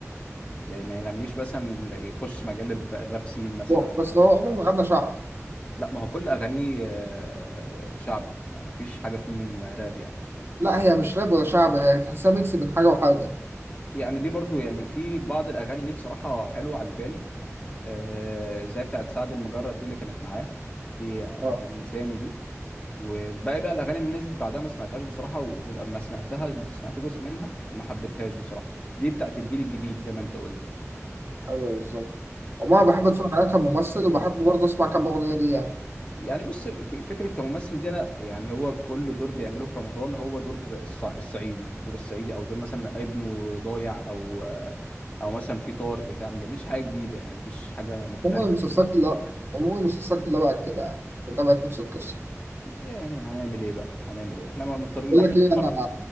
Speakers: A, on the left; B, on the right.
A: يعني ما يغنيش مثلا يخش مجال ال- الراب سين مثلا
B: هو-
A: ولا
B: بس
A: حاجه
B: هو عمره ما غنى شعب
A: لا ما هو كل اغانيه آه، شعبي ما ما فيش حاجه فيهم راب يعني
B: لا هي مش راب ولا شعب هي تحسها ميكس بين حاجه وحاجه
A: يعني دي برضو يعني في بعض الاغاني ليه بصراحه حلوه عجباني آه، زي بتاعت سعد المجرد دي اللي كانت معاه دي آه،
B: اه
A: الانساني دي وباقي بقى الاغاني اللي نزلت بعدها ما سمعتهاش بصراحه ولما سمعتها سمعت جزء منها وما حبيتهاش بصراحه دي بتاعت الجيل الجديد زي ما انت قلت
B: ايوه بالظبط عموما
A: بس
B: بحب اتفرج عليها كممثل وبحب برضه اسمع كام اغنيه ليه يعني
A: يعني بص ك- فكرة كممثل دي أنا يعني هو كل دور بيعمله في رمضان هو دور الص- الصعيدي دور الصعيدي أو دور مثلا ابنه ضايع أو أو مثلا في طار بتاع ما بيعملش حاجة جديدة يعني مفيش حاجة مختلفة
B: عموما المسلسلات
A: بيعملها
B: كلها عموما المسلسلات كلها بقت كده يعني كلها بقت نفس القصة
A: يعني هنعمل إيه بقى هنعمل إيه إحنا مضطرين إن
B: بقول
A: إحنا
B: لك إيه
A: نتفرج
B: أنا